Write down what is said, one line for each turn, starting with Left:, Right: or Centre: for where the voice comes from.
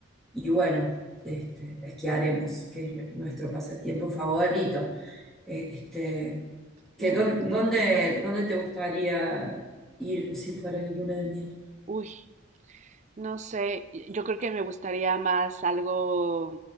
Centre: y bueno, este, esquiaremos, que es nuestro pasatiempo favorito. Este, que
Right: Muy
Centre: dón-
Right: bien.
Centre: dónde, dónde te gustaría ir si fueras de luna de miel?
Right: Uy. No sé, yo creo que me gustaría más algo